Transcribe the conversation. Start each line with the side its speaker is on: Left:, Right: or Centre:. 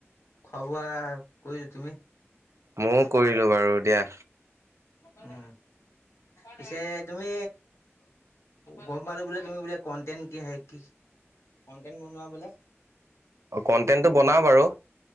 Left: খোৱা বোৱা কৈৰিলা তুমি?
Right: মইও কৰিলো বাৰু দিয়া।
Left: উম, পিছে তুমি গ'ম পালো বোলে তুমি বোলে কন্টেন্ট কি কি কন্টেন্ট বনোৱা বোলে?
Right: কন্টেন্টটো বনাও বাৰু